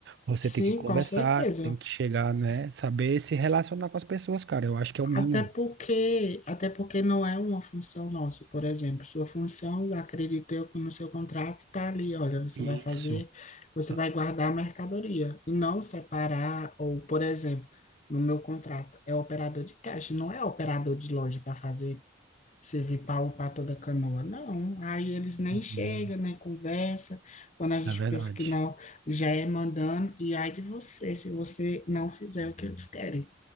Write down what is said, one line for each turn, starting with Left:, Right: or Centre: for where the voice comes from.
Right: você
Left: Sim,
Right: tem que conversar,
Left: com certeza.
Right: tem que chegar, né? Saber se relacionar com as pessoas, cara. Eu acho que é o mínimo.
Left: Até porque, até porque não é uma função nossa, por exemplo. Sua função, acredito eu, que no seu contrato está ali, olha, você
Right: Isso.
Left: vai fazer, você
Right: Ah,
Left: vai guardar a mercadoria e não separar, ou, por exemplo, no meu contrato, é operador de caixa, não é operador de loja para fazer servir para upar toda a canoa. Não, aí eles nem
Right: hum,
Left: chegam, nem conversa. Quando a gente
Right: É verdade.
Left: pensa que não, já é mandando, e ai de você, se você não fizer o que eles querem.